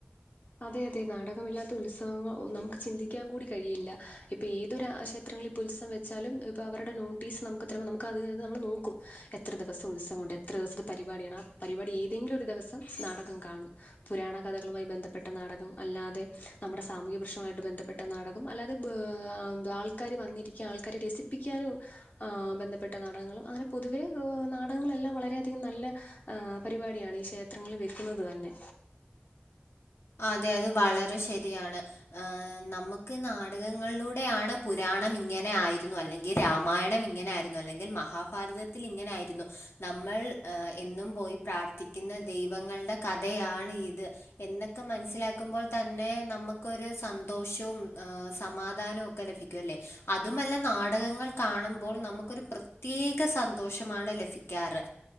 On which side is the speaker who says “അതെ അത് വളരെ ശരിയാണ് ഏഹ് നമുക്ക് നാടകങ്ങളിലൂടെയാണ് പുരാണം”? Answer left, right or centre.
Left